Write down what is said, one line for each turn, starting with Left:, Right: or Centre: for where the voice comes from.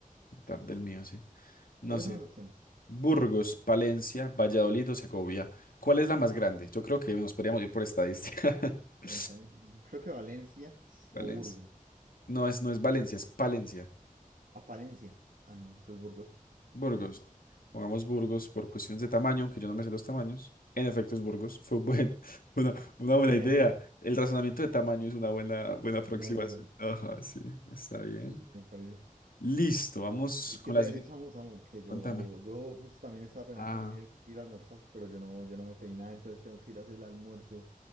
Left: Tarde el mío, sí. No
Right: ¿Cuáles
Left: sé.
Right: son las opciones?
Left: Burgos, Palencia, Valladolid o Segovia. ¿Cuál es la más grande? Yo creo que nos podríamos ir por estadística. <laughs>
Right: Por esta, eh, creo que Valencia
Left: Valencia.
Right: o Burgos.
Left: No es, no es Valencia, es Palencia.
Right: Apariencia. Ah, no, entonces Burgos.
Left: Burgos. Pongamos Burgos por cuestiones de tamaño, aunque yo no me sé los tamaños. En efecto, es Burgos. Fue buen- <laughs> una, una
Right: Bien,
Left: buena idea. El razonamiento de tamaño es una buena,
Right: <laughs>
Left: buena aproximación.
Right: es una buena idea.
Left: Ajá, sí, está bien.
Right: Sí, sí, me parece.
Left: Listo, vamos
Right: ¿Y qué
Left: con
Right: te
Left: la
Right: voy
Left: siguiente.
Right: a decir, Samu, Samu? Que yo,
Left: Contame.
Right: yo justo también estaba pensando
Left: Ah,
Right: también ir, ir a almorzar, pero yo no, yo no me pedí nada, entonces tengo que ir a hacer el almuerzo.